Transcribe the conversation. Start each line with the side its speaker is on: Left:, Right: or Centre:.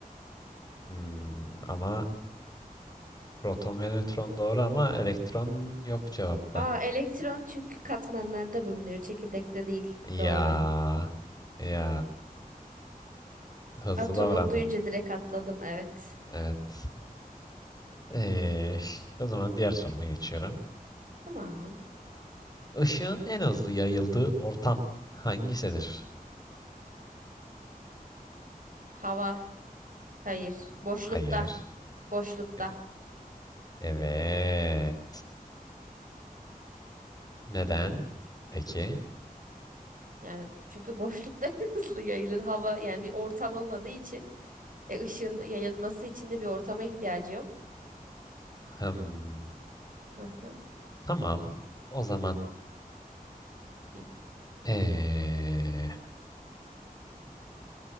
Left: Hmm, ama Proton ve nötron doğru ama elektron yok cevapta.
Right: Aa, elektron çünkü katmanlarda bulunuyor. Çekirdekte değil. Doğru.
Left: Ya ya hızlı
Right: Atomu
Left: davrandın.
Right: duyunca direkt atladım. Evet.
Left: Evet. Ee, o zaman diğer soruma geçiyorum.
Right: Tamam.
Left: Işığın en hızlı yayıldığı ortam hangisidir?
Right: Hava. Hayır. Boşlukta.
Left: Hayır.
Right: Boşlukta.
Left: E- Evet. Neden? Peki.
Right: Yani çünkü boşlukta <laughs> hızlı yayılır hava. Yani bir ortam olmadığı için e, ışığın yayılması için de bir ortama ihtiyacı yok.
Left: Hmm,
Right: Hı hı.
Left: tamam. O zaman
Right: Hı.
Left: ee,